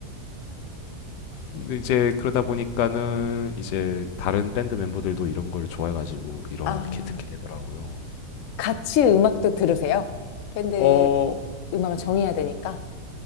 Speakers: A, on the left; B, on the left.
A: 근데 이제 그러다 보니까는 이제 다른 밴드 멤버들도 이런 걸 좋아해 가지고 이렇게
B: 아,
A: 듣게 되더라고요.
B: 같이 음악도 들으세요? 밴드
A: 어,
B: 음악을 정해야 되니까.